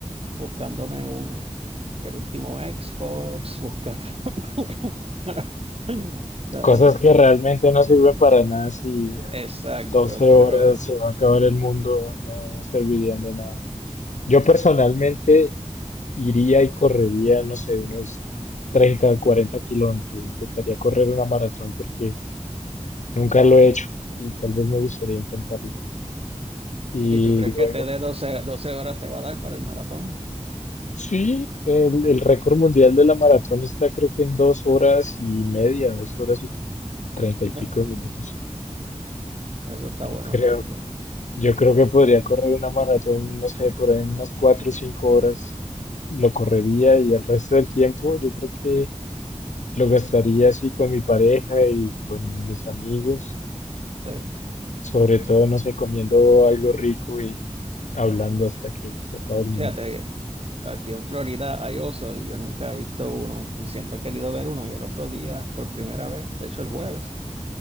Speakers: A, on the right; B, on the left.
A: buscándome un... El último Xbox, buscando <laughs> para- ¿sabes?
B: Cosas que realmente no sirven para nada si en
A: Exacto,
B: 12
A: pero
B: horas se va a acabar el mundo, no, no servirían de nada. Yo personalmente iría y correría, no sé, unos 30, 40 kilómetros. Intentaría correr una maratón porque nunca lo he hecho y tal vez me gustaría intentarlo. Y
A: ¿y tú crees
B: luego
A: que te dé doce doce horas te va a dar para el maratón?
B: Sí, el, el récord mundial de la maratón está creo que en dos horas y media, dos horas y treinta y pico
A: No.
B: de minutos.
A: Eso está
B: Yo
A: bueno
B: creo,
A: también.
B: yo creo que podría correr una maratón, no sé, por ahí en unas cuatro o cinco horas. Lo correría y el resto del tiempo yo creo que lo gastaría así con mi pareja y con mis amigos,
A: Eh,
B: sobre todo, no sé, comiendo algo rico y hablando hasta que se acabe el mundo.
A: fíjate, aquí en Florida hay osos y yo nunca he visto uno y siempre he querido ver uno y el otro día, por primera vez, de hecho el jueves,